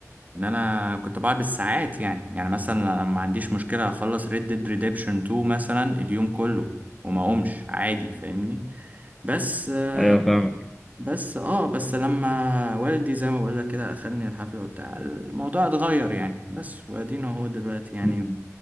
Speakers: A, on the right; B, in the centre.
A: ان انا كنت بقعد بالساعات يعني يعني مثلا انا ما عنديش مشكله اخلص ريد ديد ريديمشن 2 مثلا اليوم كله وما اقومش عادي فاهمني بس آه،
B: ايوه فاهمك
A: بس اه بس لما والدي زي ما بقول لك كده اخدني الحفله وبتاع الموضوع اتغير يعني بس وادينا هو دلوقتي يعني
B: مم.